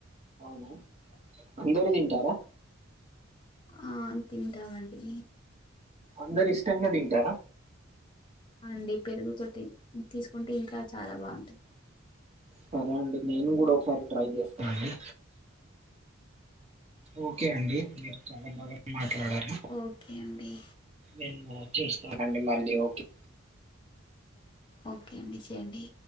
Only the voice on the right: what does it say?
అవునా అందరు తింటారా
అందరు ఇష్టంగా తింటారా
సరే అండి నేను కూడా ఒకసారి ట్రై చేస్తానండి ఓకే అండి మీరు చాలా బాగా మాట్లాడారు
నేను మ చూస్తానండి మళ్ళీ ఓకే